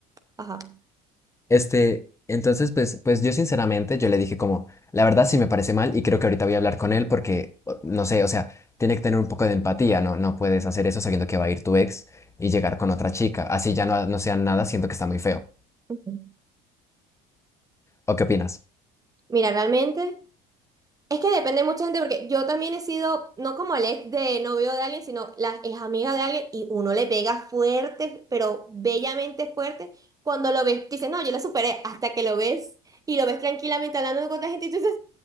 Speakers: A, on the right (about 20°); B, on the left (about 15°).
A: Ajá.
B: Este, entonces, pues, pues yo sinceramente, yo le dije como, la verdad sí me parece mal y creo que ahorita voy a hablar con él porque, o- no sé, o sea, tiene que tener un poco de empatía, ¿no? No puedes hacer eso sabiendo que va a ir tu ex y llegar con otra chica. Así ya no, no sean nada, siento que está muy feo.
A: Ujú.
B: ¿O qué opinas?
A: Mira, realmente. Es que depende mucha gente, porque yo también he sido, no como el ex de novio de alguien, sino la ex amiga de alguien, y uno le pega fuerte, pero bellamente fuerte, cuando lo ves, tú dices, no, yo la superé, hasta que lo ves y lo ves tranquilamente hablando con otra gente, y tú dices,